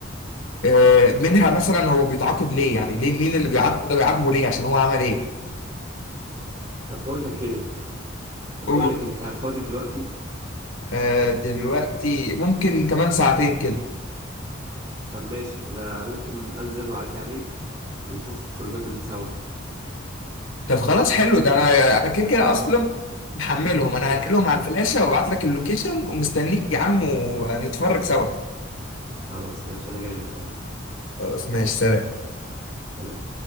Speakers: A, on the left; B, on the right.
A: آه، منها مثلا هو بيتعاقب ليه يعني ليه مين اللي بيعاقبه ده بيعاقبه ليه عشان هو عمل ايه
B: طب بقول لك ايه طب
A: ف
B: بقول لك انت فاضي دلوقتي
A: آه دلوقتي ممكن كمان ساعتين كده
B: طب ماشي انا ممكن انزل واعدي عليك ونشوف فرجات سوا
A: طب خلاص حلو ده انا انا كده كده اصلا محملهم انا هنقلهم على الفلاشة وابعت لك اللوكيشن ومستنيك يا عم ونتفرج سوا
B: خلاص ماشي انا جاي لك اهو
A: خلاص ماشي سلام
B: سلام